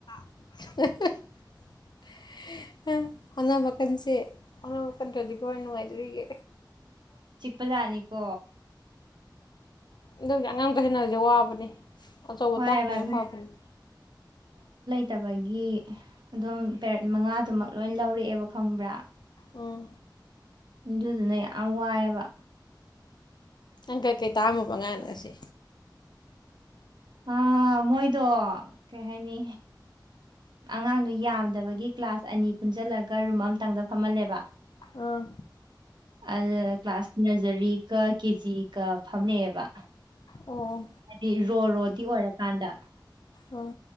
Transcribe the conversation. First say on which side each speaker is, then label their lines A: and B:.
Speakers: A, on the left; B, on the right.
A: <inaudible> ꯍꯣꯅꯥꯕ ꯀꯟꯁꯦ ꯍꯅꯥ ꯀꯟꯗ꯭ꯔꯗꯤ ꯀꯃꯥꯏ ꯅꯨꯡꯉꯥꯏꯗꯣꯔꯤꯒꯦ
B: ꯄꯖꯥꯅꯤꯀꯣ
A: ꯑꯗꯨꯒ ꯑꯉꯥꯡ ꯀꯁꯟꯅ ꯍꯧꯁꯦ ꯋꯥꯕꯅꯤ ꯑꯆꯧꯕ
B: ꯋꯥꯏꯑꯦꯕ
A: ꯇꯥꯛꯀꯤꯅ ꯐꯕꯅꯦ
B: ꯐꯠꯇꯕꯒꯤ ꯑꯗꯨꯝ ꯄꯦꯔꯠ ꯃꯉꯥꯗꯨꯃꯛ ꯂꯣꯏ ꯂꯧꯔꯛꯑꯦꯕ ꯈꯪꯕ꯭ꯔꯥ
A: ꯎꯝ
B: ꯑꯗꯨꯗꯨꯅ ꯌꯥꯝ ꯋꯥꯏꯑꯕ
A: ꯑꯪꯀꯀꯩ ꯇꯥꯝꯃꯕ ꯉꯥꯡꯅꯁꯦ
B: ꯑ ꯃꯣꯏꯗꯣ ꯀꯩ ꯍꯥꯏꯅꯤ ꯑꯉꯥꯡꯗꯨ ꯌꯥꯝꯗꯕꯒꯤ ꯀ꯭ꯂꯥꯁ ꯑꯅꯤ ꯄꯨꯟꯁꯤꯜꯂꯒ ꯔꯨꯝ ꯑꯃꯇꯪꯗ ꯐꯝꯍꯜꯂꯦꯕ
A: ꯑꯥ
B: ꯑꯗ ꯀ꯭ꯂꯥꯁ ꯅꯔꯖꯔꯤꯒ ꯀꯦ ꯖꯤꯒ ꯐꯝꯅꯩꯑꯕ
A: ꯑꯣ
B: ꯍꯥꯏꯗꯤ ꯔꯣ ꯔꯣꯗꯤ ꯑꯣꯏꯔꯀꯥꯟꯗ
A: ꯑꯥ